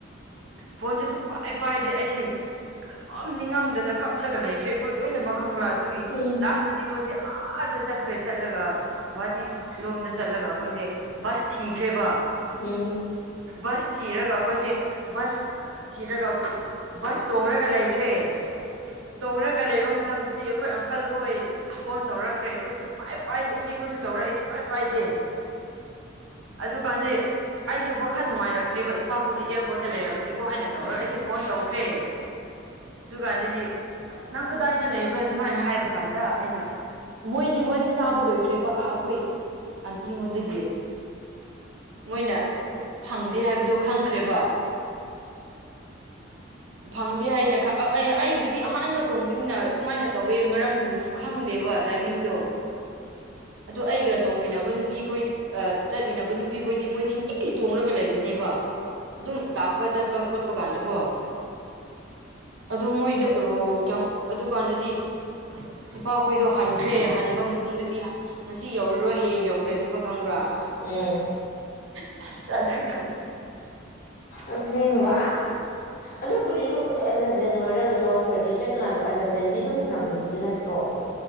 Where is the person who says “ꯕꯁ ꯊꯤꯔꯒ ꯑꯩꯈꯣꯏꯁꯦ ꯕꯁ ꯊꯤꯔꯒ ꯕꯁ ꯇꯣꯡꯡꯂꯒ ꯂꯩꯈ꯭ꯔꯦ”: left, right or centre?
Right